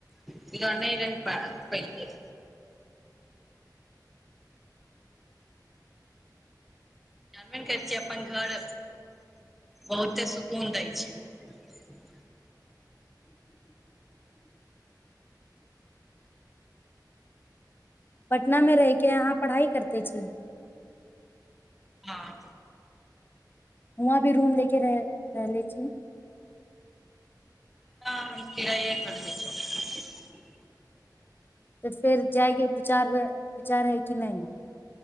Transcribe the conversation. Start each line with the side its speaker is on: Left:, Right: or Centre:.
Centre: ईहो नहि रहि पा-पेलकै जानबे ने करै छियै अपन घर बहुते सुकून दैय छै
Left: पटनामे रहिके अहाँ पढ़ाइ करते छी
Centre: हाँ
Left: उहाँ भी रूम ले के रह- रहले छी
Centre: हाँ हम किराइए पर रहै छी
Left: तऽ फेर जायके विचार विचार हइ कि नहि